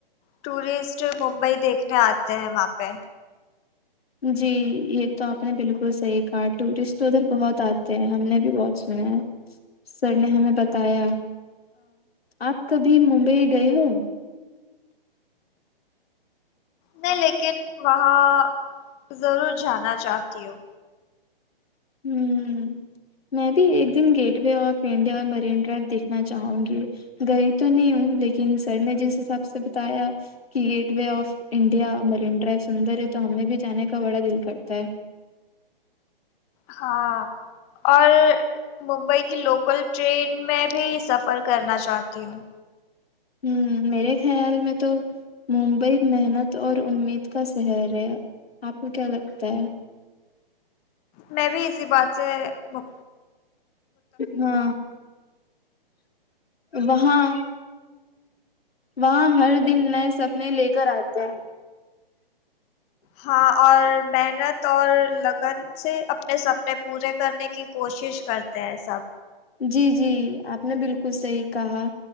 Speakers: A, on the left (about 20°); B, on the left (about 90°).
A: ٹورسٹ ممبئی دیکھنے آتے ہیں وہاں پہ
B: جی یہ تو آپ نے بالکل صحیح کہا ٹورسٹ تو ادھر بہت آتے ہیں ہم نے بھی بہت سنا ہے سر نے ہمیں بتایا آپ کبھی ممبئی گئے ہو
A: نہیں لیکن وہاں ضرور جانا چاہتی ہوں
B: ہوں میں بھی ایک دن gateway of India Marine drive دیکھنا چاہوں گی گئی تو نہیں ہوں لیکن سر نے جس حساب سے بتایا کہ gateway of India Marine dry سندر ہے تو ہمیں بھی جانے کا بڑا دل کرتا ہے
A: ہاں اور ممبئی کی لوکل ٹرین میں بھی سفر کرنا چاہتی ہوں
B: ہوں میرے خیال میں تو ممبئی محنت اور امید کا شہر ہے آپ کو کیا لگتا ہے
A: میں بھی اسی بات سے مب
B: ہ وہاں وہاں ہر دن نئے سپنے لے کر آتے ہے
A: ہاں اور محنت اور لگن سے اپنے سپنے پورے کرنے کی کوشش کرتے ہیں سب
B: جی جی آپ نے بالکل صحیح کہا